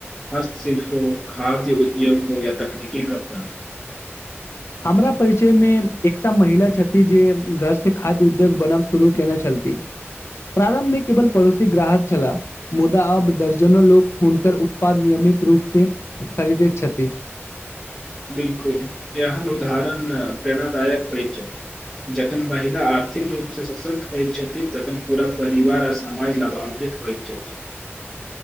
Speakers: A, in the centre; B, on the left (about 65°).
A: हस्तशिल्पो खाद्य उद्योग हो या तकनीकी कम्पनी
B: हमरा परिचयमे एकटा महिला छथि जे घर से खाद्य उद्योग बनाब शुरू केने छल <inaudible> प्रारंभमे केवल पड़ोसी ग्राहक छलाह मुदा अब दर्जनो लोक हुनकर उत्पाद नियम नित रूप से खरीदै छथि
A: बिलकुल यह न उ धाहरण प्रेरणाादायक होइ छथि जखन महिला आर्थिक रूपसँ सशक्त होयत छथिन तखन पूरा परिवार आ समाज लाभान्वित होइत छथि